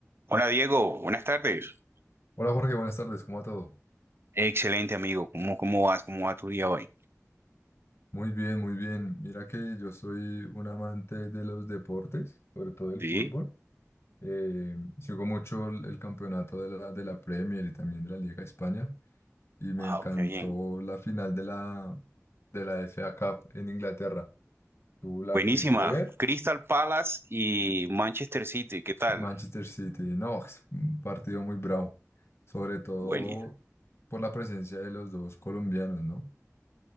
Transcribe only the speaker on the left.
Hola Jorge, buenas tardes, ¿cómo va todo?
Muy bien, muy bien. Mira que yo soy un amante de los deportes, sobre todo el
fútbol. Eh, sigo mucho el, el campeonato de la, de la Premier y también de la Liga de España y
me encantó
la final de la, de la FA Cup en Inglaterra. ¿Tú la
pudiste ver?
Manchester City, no, es un partido muy bravo, sobre todo
por la presencia de los dos colombianos, ¿no?